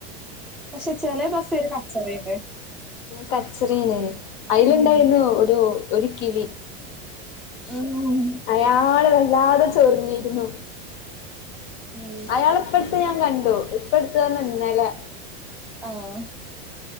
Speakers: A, in the centre; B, on the left.
A: പക്ഷെ ചെലെ ബസ്സെര് കച്ചറേണ്
B: കച്ചറേണ് അയില്ണ്ടായ്ർന്നു
A: ഉം.
B: ഒരു ഒര് കിളി
A: ആഹ്
B: അയാള് വല്ലാതെ ചൊറിഞ്ഞിരുന്നു
A: ഉം.
B: അയാള ഇപ്പട്ത്ത് ഞാൻ കണ്ടു ഇപ്പടുത്ത്ർഞ്ഞ ഇന്നലെ
A: ആഹ്